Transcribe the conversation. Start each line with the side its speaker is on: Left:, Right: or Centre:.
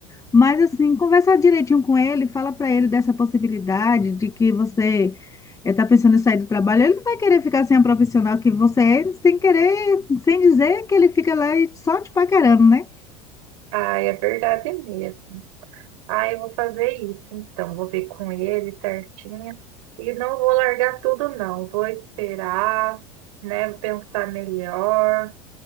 Left: Mas assim, conversar direitinho com ele, fala para ele dessa possibilidade de que você está pensando em sair do trabalho. Ele não vai querer ficar sem a profissional que você é, sem querer, sem dizer que ele fica lá e só te paquerando, né?
Right: Ah, é verdade mesmo. Ah, eu vou fazer isso, então. Vou ver com ele certinho. E não vou largar tudo, não. Vou esperar, né? Vou pensar melhor,